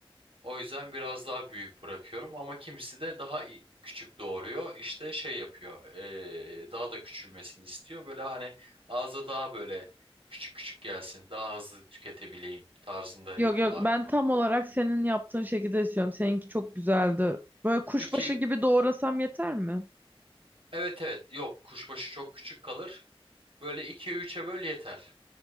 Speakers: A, on the right; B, on the right.
A: O yüzden biraz daha büyük bırakıyorum ama kimisi de daha i- küçük doğuruyor. İşte şey yapıyor. eee, daha da küçülmesini istiyor. Böyle hani ağza daha böyle küçük küçük gelsin. Daha hızlı tüketebileyim tarzında
B: Yok
A: yapıyorlar
B: yok ben
A: bunu.
B: tam olarak senin yaptığın şekilde istiyorum. Seninki çok güzeldi. Böyle kuşbaşı
A: 2
B: gibi doğrasam yeter mi?
A: evet evet yok kuşbaşı çok küçük kalır. Böyle 2'ye üç'e böl yeter.